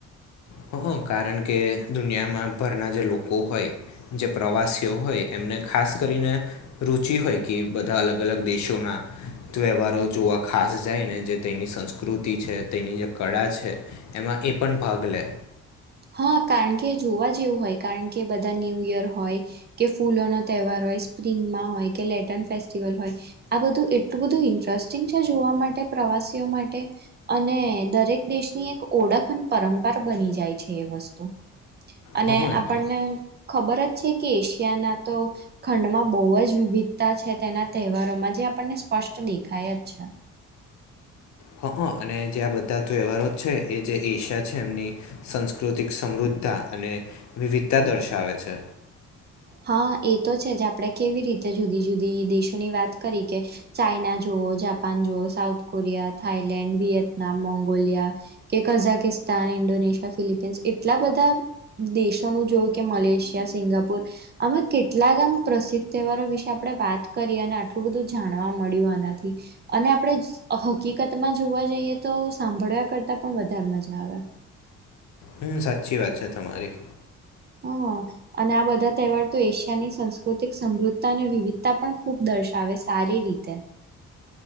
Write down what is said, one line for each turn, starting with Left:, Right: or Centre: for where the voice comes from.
Left: હ હ કારણ કે દુનિયામાં ભરના જે લોકો હોય જે પ્રવાસીઓ હોય એમને ખાસ કરીને રુચિ હોય કે બધા અલગ અલગ દેશોના ત્યહેવહારો જોવા ખાસ જાયને જે તેની સંસ્કૃતિ છે તેની જે કળા છે એમાં એ પણ ભાગ લે.
Right: હા, કારણ કે જોવા જેવું હોય કારણ કે બધા ન્યૂ ઇયર હોય કે ફૂલોનો તહેવાર હોય સ્પ્રિંગમાં હોય કે લેટર્ન ફેસ્ટિવલ હોય આ બધું એટલું બધું ઇન્ટરેસ્ટિંગ છે જોવા માટે પ્રવાસીઓ માટે અને દરેક દેશની એક ઓળખન પરંપર બની જાય છે એ વસ્તુ. અને
Left: હં
Right: આપણને ખબર જ છે કે એશિયાના તો ખંડમાં બહુ જ વિવિધતા છે તેના તહેવારોમાં જે આપણને સ્પષ્ટ દેખાય અજ છે.
Left: હ હ અને જે આ બધા તહેવારો છે એ જે એશિયા છે એમની સાસ્કૃતિક સમૃદ્ધા અને વિવિધતા દર્શાવે છે.
Right: હા એ તો છે જ આપડે કેવી રીતે જુદી જુદી દેશોની વાત કરી કે ચાઈના જુઓ જાપાન જુઓ, South Korea, Thailand, Vietnam, Mongolia, કે કઝાકિસ્તાન, ઇન્ડોનેશિયા, ફિલિપીન્સ, એટલા બધા દેશોનું જોયું કે મલેશિયા, સિંગાપુર આમાં કેટલાક આમ પ્રસિદ્ધ તહેવારો વિશે આપડે વાત કરી અને આટલું બધું જાણવા મળ્યું આનાથી અને આપડે હકીકતમાં જોવા જઈએ તો સાંભળવા કરતા પણ વધારે મજા આવે.
Left: હમ્મ, સાચી વાત છે તમારી.
Right: હા અને આ બધા તહેવાર તો એશિયાની સંસ્કૃતિક સમૃદ્ધતા અને વિવિધતા પણ ખૂબ દર્શાવે સારી રીતે.